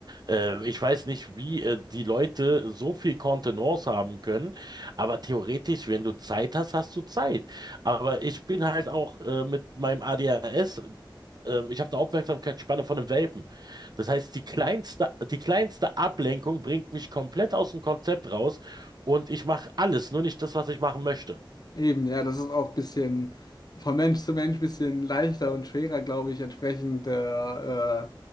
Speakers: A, on the right; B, on the left.
A: äh, ich weiß nicht, wie äh, die Leute so viel Kontenance haben können, aber theoretisch, wenn du Zeit hast, hast du Zeit. Aber ich bin halt auch äh, mit meinem ADHS, ähm, ich habe eine Aufmerksamkeitsspanne von einem Welpen. Das heißt, die kleinste, die kleinste Ablenkung bringt mich komplett aus dem Konzept raus und ich mache alles, nur nicht das, was ich machen möchte.
B: Eben, ja, das ist auch ein bisschen von Mensch zu Mensch ein bisschen leichter und schwerer, glaube ich, entsprechend. Äh, äh,